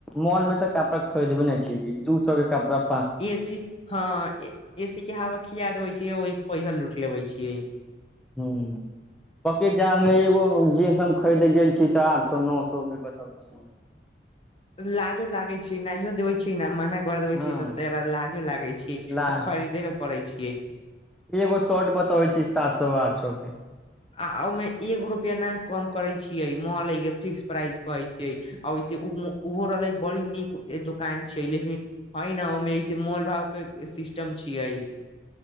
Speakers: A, in the centre; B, on the left.
A: मॉन मे त कपड़ा खोदबै ने अिय दू सए के कपड़
B: ए सी ह एसी के हवा खिया देवे छी ओहि पैसा लूट लेबे छिय
A: हू पकी जाल मे एगो जींस हम खरीदे गेल छी त आठ सौ नौ सौ मे बताउ छ
B: लाजो लागै छै नहिो देबै छी ने मन खदबे
A: हँ
B: छी त तरा लाजो लागे छै
A: लाह
B: त खरीदे के पड़े छ
A: एगो शर्ट बताबै छी सात सौ आठ सौ क
B: आ ओहिमे एगो रुपैआ ने कम करै छियै मॉल के फिक्स प्राइस कहै छियै आ ओहिसँ ओहो रहले बड़ी नीक ए दोकान छै लेकि हइ न ओहिमे सँ मोल भाव के सिस्टम छिय